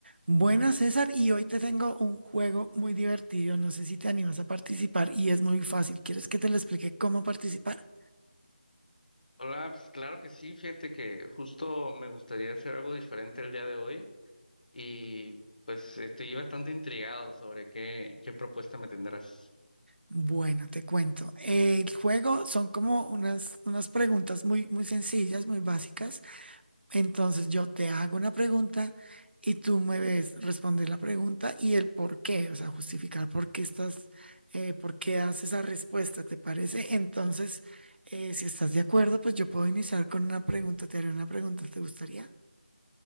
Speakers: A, on the right; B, on the left.
A: Buenas, César, y hoy te tengo un juego muy divertido. No sé si te animas a participar y es muy fácil. ¿Quieres que te lo explique cómo participar?
B: Hola, pues claro que sí, fíjate que justo me gustaría hacer algo diferente el día de hoy y pues estoy bastante intrigado sobre qué, qué propuesta me tendrás.
A: Bueno, te cuento. El juego son como unas, unas preguntas muy, muy sencillas, muy básicas. Entonces yo te hago una pregunta y tú me ves responder la pregunta y el por qué, o sea, justificar por qué estás, eh, por qué das esa respuesta, ¿te parece? Entonces, eh, si estás de acuerdo, pues yo puedo iniciar con una pregunta. Te haré una pregunta, ¿te gustaría?